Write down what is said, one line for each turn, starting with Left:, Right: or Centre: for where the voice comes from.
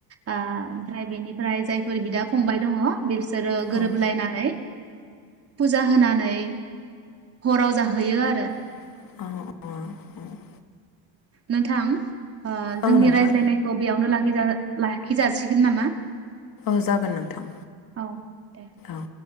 Right: ओ ओमफ्राय बेनिफ्राय जाय। फोर बिदा फंबाय दङ। बिसोरो गोरोबलायनानै।
Left: औ
Right: फुजा होनानै। हराव जाहैयो आरो।
Left: आरो अ अ अ
Right: नोंथां। ओ जोंनि
Left: औ नोंथां
Right: रायज्लायनायखौ बेयावनो लाखि लाखिजासिगोन नामा
Left: औ जागोन नोंथां
Right: औ दे।
Left: औ